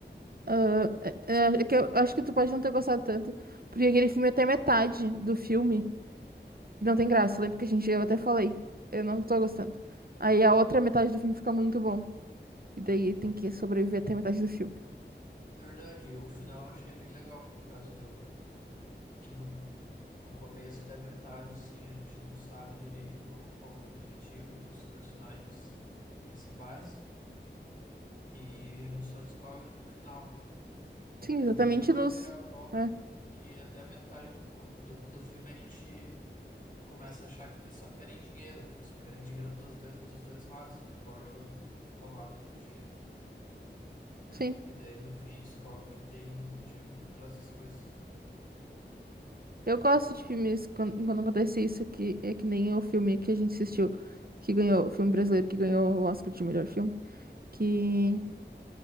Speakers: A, on the right (about 55°); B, on the left (about 45°).
A: ah, é- é- é que eu acho que tu pode não ter gostado tanto, porque aquele filme é até metade do filme não tem graça. Lembra que a gente eu até falei, eu não tô gostando. Aí a outra metade do filme fica muito bom. E daí tem que sobreviver até metade do filme.
B: Na verdade, o final eu achei bem legal, por causa do que no, no começo até metade, assim, a gente não sabe direito qual que é o objetivo dos personagens principais. E a gente só descobre no final,
A: Sim,
B: que
A: exatamente
B: é meio que uma
A: nos.
B: reviravolta,
A: É,
B: porque até a metade do, co- do, do filme a gente começa a achar que eles só querem dinheiro, né? Só querem dinheiro dos dois, dos dois lados, não importa qual lado deu dinheiro.
A: sim.
B: E daí no fim descobre que tem um motivo por trás das coisas.
A: Eu gosto de filmes quando, quando acontece isso, que é que nem o filme que a gente assistiu, que ganhou, o filme brasileiro que ganhou o Oscar de melhor filme, que,